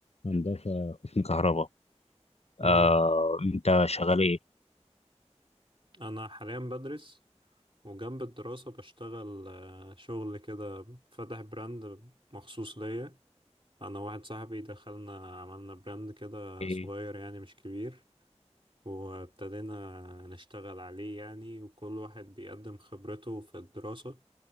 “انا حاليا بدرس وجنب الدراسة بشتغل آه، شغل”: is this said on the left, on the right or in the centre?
Right